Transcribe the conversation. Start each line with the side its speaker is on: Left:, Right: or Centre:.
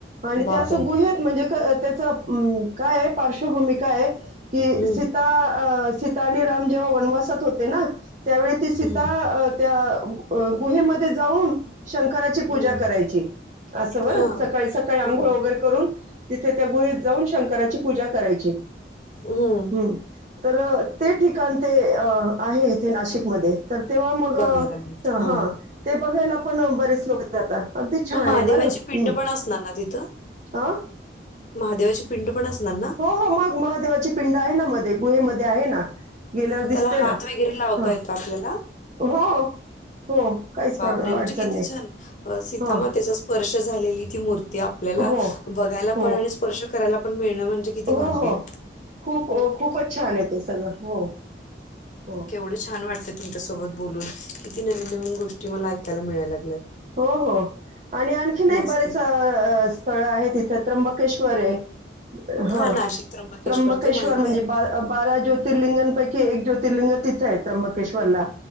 Right: आणि
Left: बापरे!
Right: ते असं गुहेत म्हणजे त्याच कायय पार्श्वभूमी का आहे की.
Left: हं,
Right: सीता आणि राम जेव्हा वनवासात होते ना त्यावेळी ती सीता.
Left: हं,
Right: त्या गुहेमध्ये जाऊन. शंकराची पूजा
Left: हं.
Right: करायची अस बर
Left: हां,
Right: सकाळी सकाळी आंघोळ
Left: हां.
Right: वगैर. करून तिथे त्या गुळीत जाऊन शंकराची पूजा करायची.
Left: <inaudible>
Right: ह् तर ते ठिकाण ते आहे इथे नाशिकमध्ये तर तेव्हा मग
Left: बघायला मिळते. हां.
Right: हा ते बघायला पण बरेच लोक. अगदी छान
Left: मग महादेवाची
Right: आहे बरंम्
Left: पिंड पण असणार ना तिथं?
Right: हा.
Left: महादेवाची पिंड पण असणार ना.
Right: हो हो मग महादेवाची पिंड आहे ना मध्ये गुहेमध्ये आहे ना. गेल्यावर
Left: म
Right: दिसते
Left: त्याला हात
Right: ना.
Left: वगैरे लावता
Right: हां.
Left: येतो आपल्याला
Right: हो हो काहीच
Left: बापरे
Right: प्र
Left: म्हणजे
Right: अडचण
Left: किती
Right: नाही.
Left: छान सीतामातेचा
Right: हां.
Left: स्पर्श झालेली ती मूर्ती. ते आपल्याला
Right: हो,
Left: बघायला
Right: हो,
Left: पण आणि स्पर्श करायला पण मिळण म्हणजे किती
Right: हो
Left: भाग्य.
Right: हो खूप खूपच छान आहे ते सगळं हो. हो.
Left: केवढं छान वाटत. तुमच्यासोबत बोलून किती नवीन नवीन गोष्टी मला ऐकायला मिळायला लागल्यात
Right: हो हो आणि आणखी नाही
Left: मस्त
Right: बरेच स्थळ आहेत तिथे त्र्यंबकेश्वर आहे हा
Left: नाशिक
Right: त्र्यंबकेश्वर
Left: ते माहित
Right: म्हणजे
Left: आहे
Right: ब बारा ज्योतिर्लिंगांपैकी एक ज्योतिर्लिंग तिथं आहेत त्र्यंबकश्वरला.